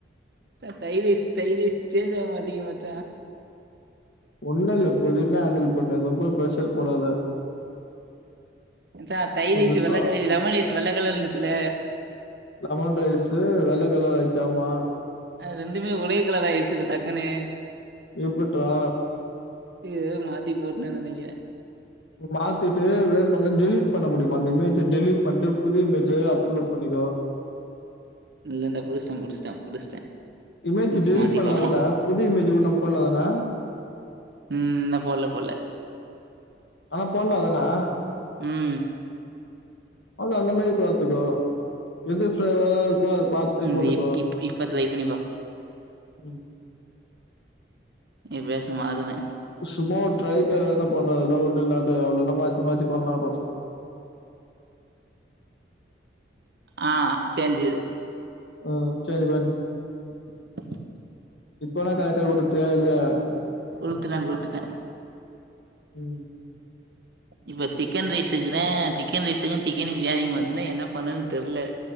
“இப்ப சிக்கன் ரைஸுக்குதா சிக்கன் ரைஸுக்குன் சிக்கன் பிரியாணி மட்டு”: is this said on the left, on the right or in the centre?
Right